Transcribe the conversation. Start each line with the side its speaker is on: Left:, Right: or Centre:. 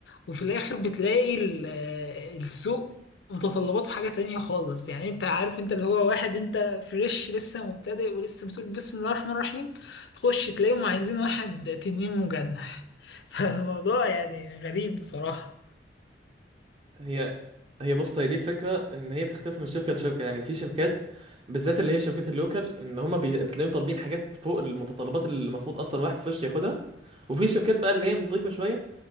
Left: وفي الاخر بتلاقي ال- السوق متطلباته حاجة تانية خالص يعني انت عارف انت اللي هو واحد انت فريش لسه مبتدئ ولسه بتقول بسم الله الرحمن الرحيم تخش تلاقيهم عايزين واحد تنين مجنح <laughs> فالموضوع يعني غريب بصراحة
Right: هي هي بص هي دي الفكره ان هي بتختلف من شركه لشركه يعني في شركات بالذات اللي هي شركات اللوكال ان هما بي... بتلاقيهم طالبين حاجات فوق المتطلبات اللي المفروض اصلا واحد فريش ياخدها وفي شركات بقى اللي هي نظيفه شويه